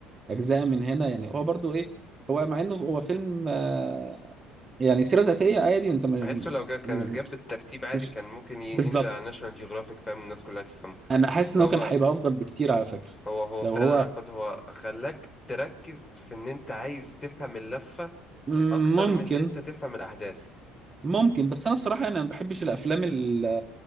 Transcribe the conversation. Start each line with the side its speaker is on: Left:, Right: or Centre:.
Right: اجزاء من هنا يعني هو برضو ايه هو مع انه هو فيلم آه يعني سيره ذاتيه عادي انت م-
Left: بحسه لو جا كانت
Right: م-
Left: جاب بالترتيب عادي
Right: مش
Left: كان ممكن ي-
Right: بالظبط
Left: ينزل على ناشونال جيوغرافيك فاهم الناس كلها تفهمه
Right: انا حاسس
Left: بس
Right: ان
Left: هو
Right: هو كان هيبقى افضل بكتير على فكره
Left: هو هو
Right: لو
Left: فعلا
Right: هو
Left: عقاد هو خلاك تركز في ان انت عايز تفهم اللفة
Right: مم،
Left: اكتر
Right: ممكن
Left: من ان انت تفهم الاحداث
Right: ممكن بس انا بصراحه انا ما بحبش الافلام ال